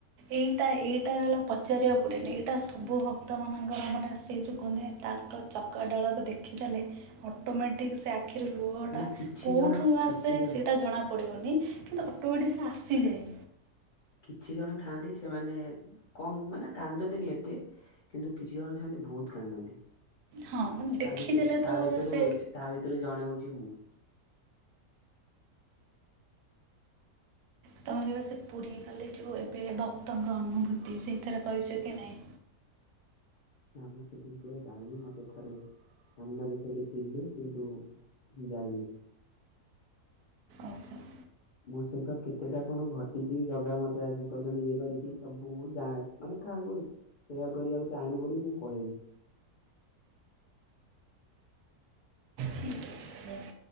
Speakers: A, on the right (about 85°); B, on the left (about 50°).
A: ଏଇଟା-ଏଇଟା ଆଉ ପଚାରିବାକୁ ପଡିବନି। ଏଇଟା ସବୁ ଭକ୍ତମାନଙ୍କର ମାନେ ସେଇ ଯେଉଁ କୁହନ୍ତିନି ତା ତୋ ଚକା ଡୋଳାକୁ ଦେ ଦେଖିଦେଲେ ଅଟୋମେଟିକ୍ ସେ ଆଖିରୁ ଲୁହଟା
B: ନା କିଛି
A: କୋଉଠୁ
B: ଜଣ
A: ଆସେ
B: କିଛି ଜଣ
A: ସେଇଟା ଜଣା ପଡ଼ିବନି କିନ୍ତୁ ଅଟୋମେଟିକ୍ ସେଟା ଆସିଯାଏ।
B: କିଛିଜଣ ଥାଆନ୍ତି ସେମାନେ କମ୍ ମାନେ କାନ୍ଦନ୍ତିନି ଏତେ କିନ୍ତୁ କିଛି ଜଣ ଥାଆନ୍ତି ବହୁତ କାନ୍ଦନ୍ତି।
A: ହଁ ମାନେ ଦେଖିଦେଲେ
B: ତା ଭିତରୁ
A: ତ
B: ତା ଭିତରୁ
A: ସେ
B: ତା ଭିତରୁ ଜଣେ ହଉଛି ମୁଁ।
A: ତମେ କେବେ ସେ ପୁରୀ ଗଲେ ଯୋଉ ଏବେ ଭକ୍ତଙ୍କ ଅନୁଭୂତି ସେଇଥିରେ କହିଛ କି ନାହିଁ?
B: ନା ମୁଁ ସେଠିକି କେବେ ଯାଇନି। ମତେ ଥରେ ସାମ୍ନାରେ ସେଇଠି ଥିଲି କିନ୍ତୁ ଯାଇନି।
A: ଓହୋ
B: ମୋ ସହିତ କେତେଟା କଣ ଘଟିଛି ଜଗା ମଧ୍ୟ ଆଜି ପର୍ଯ୍ୟନ୍ତ ଇଏ କରିଛି। ସବୁ ମୁଁ ଯା ମାନେ କାହାକୁ ସେୟାର କରିବାକୁ ଚାହିଁନି ବୋଲି ମୁଁ କହେନି।
A: ଠିକ୍ ଅଛି।